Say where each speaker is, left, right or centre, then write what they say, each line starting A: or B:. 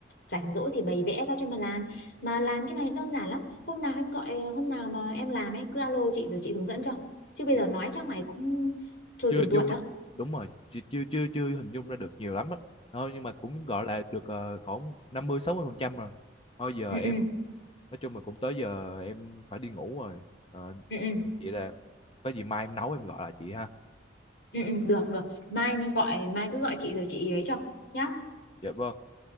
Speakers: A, on the left; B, on the left.
A: rảnh rỗi thì bày vẽ ra cho mà làm mà làm cái này đơn giản lắm hôm nào em gọi hôm nào mà em làm ấy cứ alo chị rồi chị hướng dẫn cho chứ bây
B: dạ
A: giờ nói chắc mày cũng trôi
B: chưa
A: từng
B: hình
A: tuột
B: dung
A: đó
B: đúng rồi chị chưa chưa chưa hình dung ra được nhiều lắm á thôi nhưng mà cũng gọi là được ờ, khoảng năm mươi sáu mươi phần trăm rồi thôi giờ
A: ừ
B: em
A: ừ
B: nói chung là cũng tới giờ em phải đi ngủ rồi Ờ,
A: ừ ừ
B: chị là có gì mai em nấu em gọi lại chị ha
A: ừ ừ, ừ, được được mai nên gọi mai cứ gọi chị rồi chị ấy cho nhá
B: dạ vâng